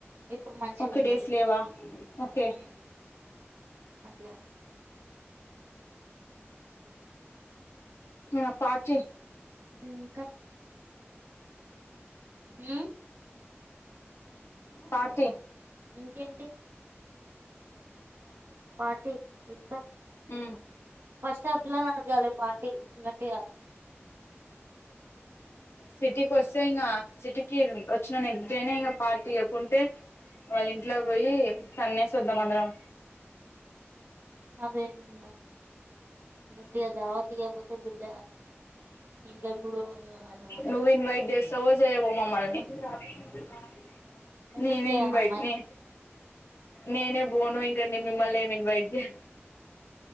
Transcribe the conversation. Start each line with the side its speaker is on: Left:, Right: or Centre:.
Right: ఇప్పుడు మంచిగ
Left: ఓకే
Right: ఉన్నది.
Left: డేస్ లేవా ఓకే
Right: హ్మ్మ్ అట్లా
Left: నా పాచి
Right: ఇంకా మ్
Left: పార్టీ
Right: ఇంకేంటి పార్టీ ఇస్తా
Left: ఉమ్
Right: ఫస్ట్ అ పిల్లని అడగాలి పార్టీ గట్టిగా.
Left: సిటీ కొస్ తీర సిటీకి వచ్చిన నెక్స్టడేన పార్టీయవ్వకుంటే వాళ్ళ ఇంట్లోకి పోయి తన్నేసి వద్దాం అందరం
Right: అదేందల గట్టిగా దావత్ గాకపోతే బిడ్డ ఇంట్లోకి కూడాపోనివ్వను అని
Left: నువ్వు ఇన్వైట్ చేస్తావో చేయవో మమ్మల్ని కమింగ్ కామనే
Right: ఎందుకు
Left: నేనే
Right: చేయనమ్మాయి
Left: ఇన్వైట్ ని నేనే బోను నేను మిమ్మల్ని ఏమి ఇన్వైడ్ చేయ